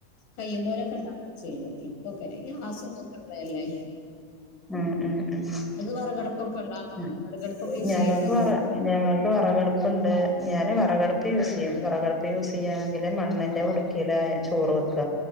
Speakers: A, on the left (about 80°); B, in the centre.
A: കയ്യും പോലൊക്കെണ്ടാക്കും ചെയ്യും ഇപ്പൊക്കെണേ ഗ്യാസുംതൊക്കെള്ളതല്ലേ
B: ഉം ഉം ഉം
A: വിറകടുപ്പൊക്കെ ഉള്ളതാണോ
B: ഞ
A: വിറകടുപ്പൊക്കെ യൂസ്
B: ഞങ്ങക്ക്
A: ചെയ്യണ്ടോ
B: വറ ഞങ്ങക്ക് വറകട്പ്പ്ണ്ട് ഞാന് വ വറകട്പ്പ് യൂസേയ്യും വേറകടുപ്പ് യൂസേയ്യാണെങ്കില് മണ്ണിന്റെ കുട്ക്കേല ചോറ് വെക്ക